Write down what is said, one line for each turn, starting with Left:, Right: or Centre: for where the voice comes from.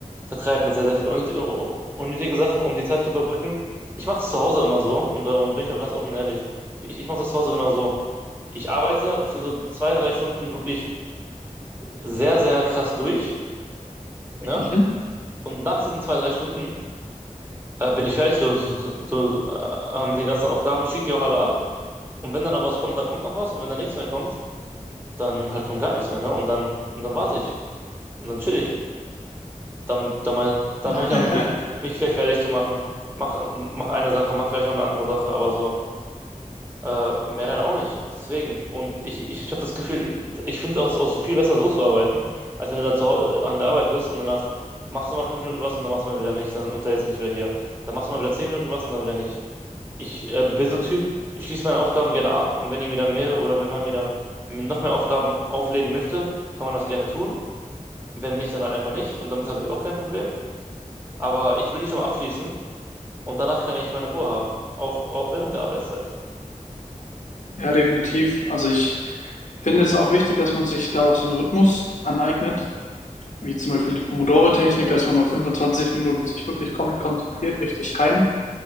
Right: vertreibt mit sehr, sehr vielen unnötig- unnötigen Sachen, um die Zeit zu überbrücken. Ich mache es zu Hause immer so und, äh, und bin ich auch ganz offen und ehrlich. Ich, ich mache das zu Hause genau so. Ich arbeite für so zwei, drei Stunden wirklich sehr, sehr krass durch, ne?
Left: Mhm.
Right: Und nach diesen zwei, drei Stunden äh, bin ich fertig so, so, so, so äh, mit den ganzen Aufgaben, schicke die auch alle ab Und wenn dann noch was kommt, dann kommt noch was. Und wenn dann nichts mehr kommt, dann halt kommt gar nichts mehr, ne? Und dann, und dann warte ich. Und dann chill ich. Dann, dann, mal- dann
Left: <laughs>
Right: fange ich an, mit mich, mich vielleicht fertig zu machen. Mach, mach eine Sache, mach vielleicht noch eine andere Sache, aber so, äh, mehr dann auch nicht. Deswegen. Und ich, ich habe das Gefühl, ich finde es auch, auch viel besser so zu arbeiten, als wenn du dann zu, Hau- an der Arbeit bist und danach machst du mal fünf Minuten was und dann machst du mal wieder nichts, dann unterhältst du dich wieder hier. Dann machst du mal wieder zehn Minuten was und dann wieder nicht ich äh, bin so ein Typ, ich schließe meine Aufgaben gerne ab und wenn ihr mir dann mehrere oder wenn man mir dann noch mehr Aufgaben auflehnen möchte, kann man das gerne tun. Wenn nicht, dann halt einfach nicht und damit habe ich auch kein Problem. Aber ich will die schon mal abschließen und danach kann ich meine Ruhe haben, auch, auch während der Arbeitszeit.
Left: Ja, definitiv. Also ich finde es auch wichtig, dass man sich da auch so einen Rhythmus aneignet, wie zum Beispiel die Pomodoro-Technik, dass man mal 25 Minuten sich wirklich komplett konzentriert, richtig rein